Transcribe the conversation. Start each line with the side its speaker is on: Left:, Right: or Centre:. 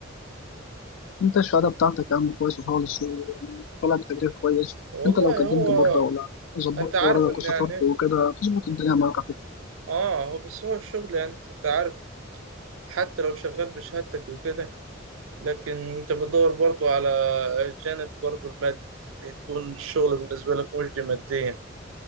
Left: انت الشهاده بتاعتك يا عم كويسه خالص ويعني طلع بتقدير كويس
Right: والله
Left: انت لو قدمت
Right: هو
Left: بره ولا ظبطت
Right: أنت عارف
Left: ورقك
Right: إن
Left: وسافرت
Right: يعني إيه؟
Left: وكده هتظبط الدنيا معاك
Right: آه هو بس هو الشغل يعني أنت أنت عارف حتى لو شغال بشهادتك وكده لكن أنت بتدور برضو على الجانب برضو المادي يعني يكون الشغل بالنسبة لك مجدي ماديا